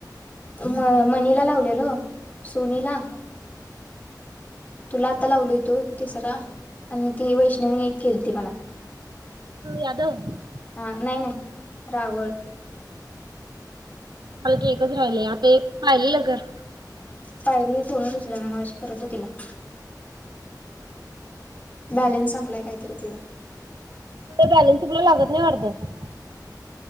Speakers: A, on the left (about 25°); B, on the right (about 75°).
A: म मनीला लावलेलो सोनीला तुला आता ला उलतोय. ते सरा आणि ती वैष्णवी एक केल त मला
B: यादव मला
A: हा नाही नाही रावळ.
B: ल ते एकच राहिलेय आता एक पाहिलेलं घर
A: पाहिली पणच उचल ना मग अशी करत हो तिला बॅलेन्स संपलाय काहीतरी तिचा
B: त बॅलनस शिकला लागत नाही वाटत